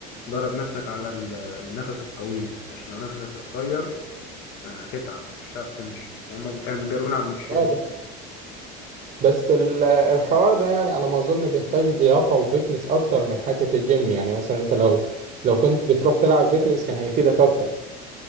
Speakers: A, on the left (about 65°); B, on the right (about 45°).
A: تدرب نفسك على ال- النفس الطويل عشان لو نفسك قصير هتتعب مش هتعرف تمشي وهم كانوا بيجرونا على المشاية
B: اه بس بس ال- الحوار ده يعني انا ما اظن بيحتاج لياقة وفيتنس اكتر من حتة الجيم يعني مثلا انت لو لو كنت بتروح تلعب فيتنس كان هيفيدك اكتر